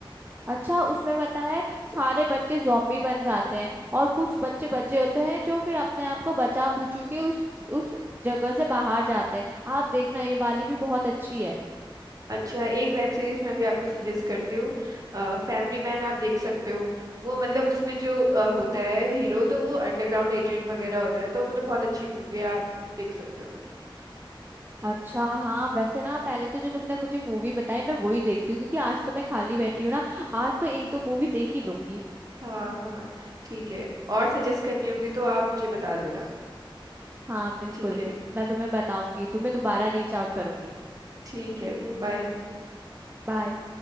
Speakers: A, on the right; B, on the right.
A: अच्छा उसमें पता है सारे बच्चे जॉम्बी बन जाते हैं और कुछ बच्चे बचे होते हैं जो फिर अपने आप को बचा बुचू के उस उस जगह से बाहर जाते हैं आप देखना ये वाली भी बहुत अच्छी है
B: अच्छा एक वेब सीरीज मैं भी आपको सजेस्ट करती हूँ फैमिली मैन आप देख सकते हो वो मतलब उसमें जो अ, होता है हीरो तो वो अंडरग्राउंड एजेंट वगैरह होता है तो मतलब बहुत अच्छी मूवी है आप देख सकते हो
A: अच्छा हाँ वैसे ना पहले तो जो तुमने मुझे मूवी बताई मैं वही देखती हूँ क्योंकि आज तो मैं खाली बैठी हूँ ना आज तो एक दो मूवी देख ही लूंगी
B: हाँ हाँ ठीक है और सजेस्ट करनी होगी तो आप मुझे बता देना
A: हाँ बिल्कुल
B: ठीक है
A: मैं तुम्हें बताऊंगी तुम्हें दोबारा रीच आउट करूंगी
B: ठीक है फिर बाय
A: बाय